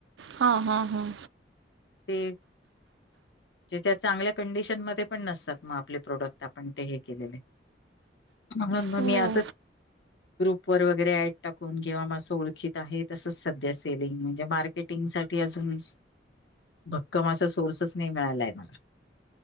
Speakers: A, on the right (about 80°); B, on the left (about 80°).
A: हा, हा, हां.
B: ते. ज्याच्या चांगल्या कंडिशन मध्ये पण नसतात मग आपले प्रोडक्ट आपण ते हे केलेले. म्हणून मग
A: हो
B: मी असंच, ग्रुप वर वगै वे ऍड टाकून, किंवा अस ओळखीत आहे, तसच सध्या सेलिंग, म्हणजे मार्केटिंग साठी अजून भक्कम असा सोर्सच नाही मिळाला आहे मला.